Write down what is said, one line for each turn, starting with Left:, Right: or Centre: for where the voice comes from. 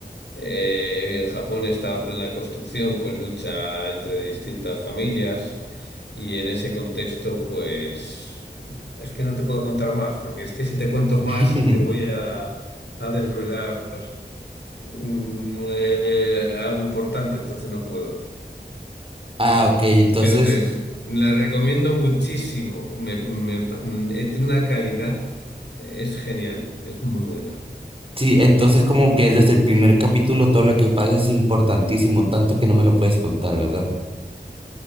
Left: Eh, en Japón estaba en plena construcción con lucha entre distintas familias y en ese contexto, pues es que no te puedo contar más, porque es que si te cuento
Right: <laughs>
Left: más te voy a, a desvelar mm, eh, algo importante, entonces no puedo.
Right: Ah, ok, entonces,
Left: Pero te la recomiendo muchísimo, me, me pa- mm, eh, tiene una calidad, eh, es genial, es muy buena.
Right: sí, entonces como que desde el primer capítulo todo lo que pasa es importantísimo, tanto que no me lo puedes contar, ¿verdad?